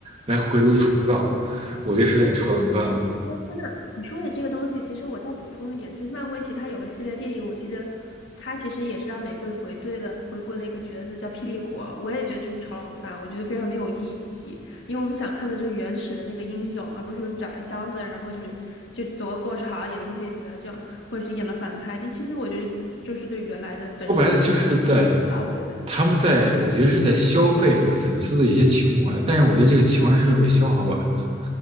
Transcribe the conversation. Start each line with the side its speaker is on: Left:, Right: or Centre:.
Right: 来回炉重造，我觉得是有点炒冷饭了。
Left: 哎真的，你说起这个东西，其实我再补充一点，其实漫威其他有个系列电影，我记得它其实也是让玫瑰回对的，回归了一个角色叫霹雳火，我也觉得就是炒冷饭，我觉得非常没有意义，因为我们想看的就是原始的那个英雄，而不是说你找来箱子，然后就是就走个过场，演了个配角这样，或者是演了反派，这其实我觉得就是对原来的本身的角色一个亵渎吧，
Right: 说白了就是在
Left: 我觉得，
Right: 他们在，我觉得是在消费，就是粉丝的一些情怀。但是我觉得这个情怀是会被消耗完的。